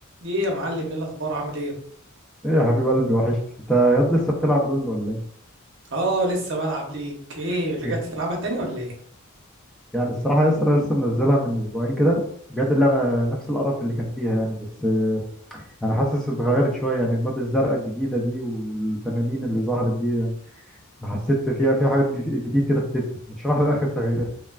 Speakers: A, on the right; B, in the centre.
A: ايه يا معلم ايه الاخبار عامل ايه
B: ايه يا حبيب قلبي وحشت انت ياد لسه بتلعب لول ولا
A: اه لسه بلعب ليج ايه رجعت
B: ايه
A: تلعبها تاني ولا ايه
B: يعني الصراحه يسرا لسه منزلها من اسبوعين كده بجد اللعبه نفس القرف اللي كان فيها يعني بس آه، انا حاسس اتغيرت شويه يعني الماب الزرقاء الجديده دي والتنانين اللي ظهرت دي يعني حسيت فيها في حاجات جي- جديد كده فاتتني ما تشرح لي اخر التغييرات